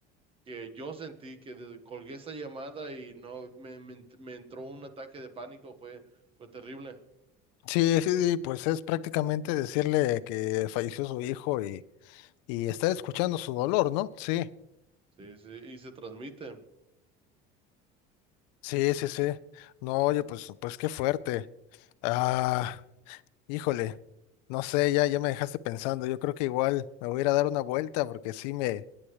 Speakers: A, on the right; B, on the left.
A: que yo sentí, que de- colgué esa llamada y no, me, me, ent- me entró un ataque de pánico, fue, fue terrible.
B: Sí, sí, sí, pues es prácticamente decirle que falleció su hijo y y estar escuchando su dolor, ¿no? Sí,
A: Sí, sí, y se transmite.
B: sí, sí, sí. No, oye, pues, pues qué fuerte. Ah, híjole, no sé, ya, ya me dejaste pensando. Yo creo que igual me voy a ir a dar una vuelta porque sí me,